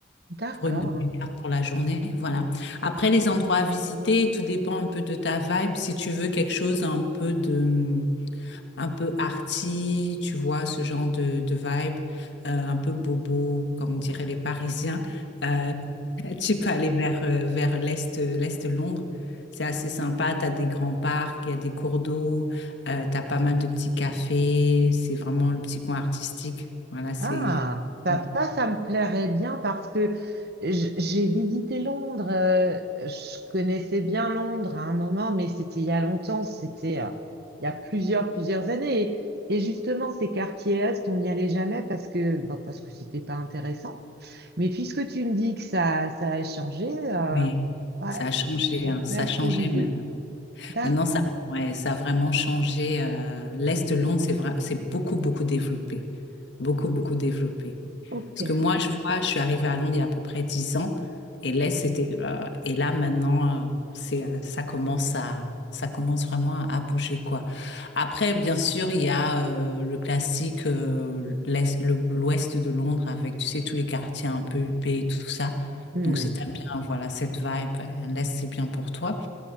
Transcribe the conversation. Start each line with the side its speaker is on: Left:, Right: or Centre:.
Right: D'accord.
Left: pour une, une carte pour la journée. Voilà. Après, les endroits à visiter, tout dépend un peu de ta vibe. Si tu veux quelque chose un peu de hmm, un peu arty, tu vois, ce genre de, de vibe, euh, un peu bobo, comme diraient les Parisiens. Euh, <laughs> tu peux aller vers, euh, vers l'est, l'est de Londres. C'est assez sympa, tu as des grands parcs, il y a des cours d'eau, tu as pas mal de petits cafés, c'est vraiment le petit coin artistique. Voilà, c'est...
Right: Ah, ça,
Left: Oui,
Right: ça, ça me plairait bien parce que j- j'ai visité Londres. euh, je connaissais bien Londres à un moment, mais c'était il y a longtemps, c'était euh, il y a plusieurs, plusieurs années. Et, et justement, ces quartiers Est, on n'y allait jamais parce que, bah, parce que c'était pas intéressant. Mais puisque tu me dis que ça, ça a changé, euh,
Left: oui,
Right: ouais,
Left: ça a changé,
Right: ça
Left: hein, ça
Right: peut être
Left: a changé
Right: une idée.
Left: maintenant.
Right: D'accord,
Left: Maintenant, ça, ouais, ça a vraiment changé. euh, l'Est de Londres, c'est vrai, c'est beaucoup, beaucoup développé. Beaucoup, beaucoup développé.
Right: ok.
Left: Parce que moi, je vois, je suis arrivée à Londres il y a à peu près 10 ans. Et l'Est, c'était. euh, et là, maintenant, euh, c'est, euh, ça commence à, ça commence vraiment à, à bouger, quoi. Après, bien sûr, il y a euh, le classique, euh, l'Est- le- l'Ouest de Londres avec, tu sais, tous les quartiers un peu huppés et tout ça.
Right: Hmm,
Left: Donc, si t'aimes bien, voilà, cette vibe, euh, l'Est, c'est bien pour toi.